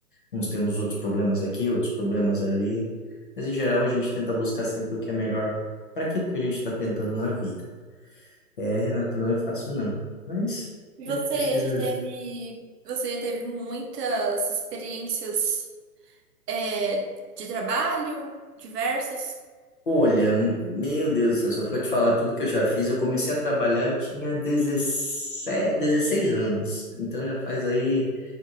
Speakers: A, on the left; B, on the right.
A: uns têm uns outros problemas aqui, outros problemas ali, mas em geral a gente tenta buscar sempre o que é melhor para aquilo que a gente está tentando na vida. É, Renata, não é fácil não, mas
B: E Você
A: a gente precisa
B: já teve, você já teve muitas experiências é, de trabalho, diversas?
A: Olha, meu Deus do céu, se eu for te falar tudo que eu já fiz, eu comecei a trabalhar, eu tinha 17, 16 anos. Então já faz aí